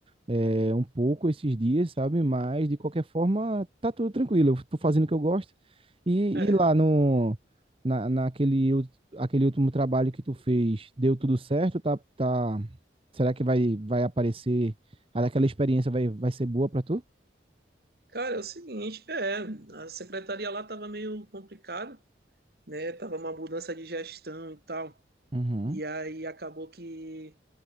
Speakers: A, on the right (about 30°); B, on the right (about 55°).
A: é, um pouco esses dias, sabe? Mas de qualquer forma, tá tudo tranquilo. Eu tô fazendo o que eu gosto. E,
B: É.
A: e lá no na, naquele ult- aquele último trabalho que tu fez, deu tudo certo? Tá, tá... Será que vai vai aparecer? Aquela experiência vai, vai ser boa pra tu?
B: Cara, é o seguinte, é, a secretaria lá tava meio complicada, né? Tava uma mudança de gestão e tal.
A: Uhum,
B: E aí acabou que